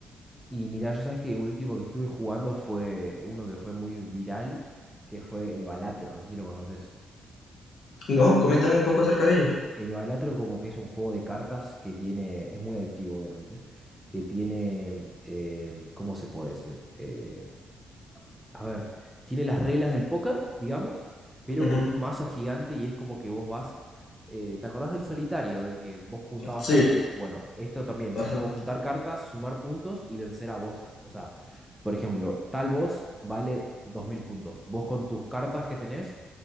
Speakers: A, in the centre; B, on the left.
A: Y mirá, yo sabes que último que estuve jugando fue uno que fue muy viral, que fue el Balatro, no sé si lo conoces.
B: No, coméntame un poco acerca de ello.
A: El Balatro como que es un juego de cartas que tiene, es muy adictivo obviamente, que tiene, eh, ¿cómo se puede decir? Eh, a ver, tiene las reglas del póker, digamos, pero
B: Ujú.
A: con un mazo gigante y es como que vos vas, eh, ¿te acordás del solitario, de que vos juntabas
B: Sí,
A: cartas? Bueno, esto también
B: ajá.
A: es como juntar cartas, sumar puntos y vencer a voces. O sea, por ejemplo, tal voz vale 2.000 puntos. Vos con tus cartas que tenés